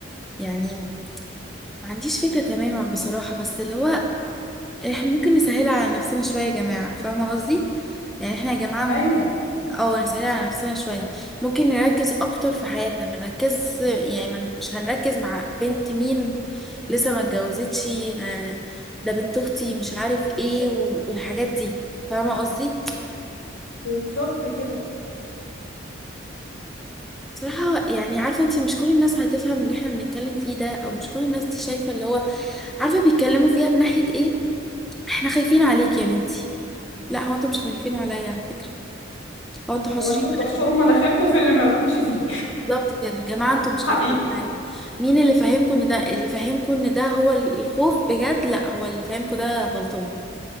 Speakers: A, in the centre; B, on the left.
A: يعني ما عنديش فكرة تماما بصراحة بس اللي هو احنا ممكن نسهل على نفسنا شوية يا جماعة فاهمة قصدي؟ يعني احنا يا جماعة م-
B: ايوه
A: اه نسهل على نفسنا شوية ممكن نركز أكتر في حياتنا ما نركز يعني ما ن- مش هنركز مع بنت مين لسه ما اتجوزتش آه، ده بنت أختي مش عارف ايه و- والحاجات دي فاهمة قصدي؟
B: بالظبط كده
A: بصراحة يعني عارفة انتي مش كل الناس هتفهم اللي احنا بنتكلم فيه ده او مش كل الناس دي شايفة اللي هو عارفة بيتكلموا فيها من ناحية ايه احنا خايفين عليك يا بنتي لا هو انتوا مش خايفين عليا على فكرة هو انتوا حاشرين
B: هو انتوا بتحشروا
A: مناخيركم
B: مناخيركم في اللي مالكمش فيه
A: بالظبط كده يا جماعة انتوا مش خايفين
B: <laughs> حقيقة
A: عليا مين اللي فاهمكم ان ده اللي فاهمكم ان ده هو الخوف بجد لا هو اللي فاهمكم ده غلطان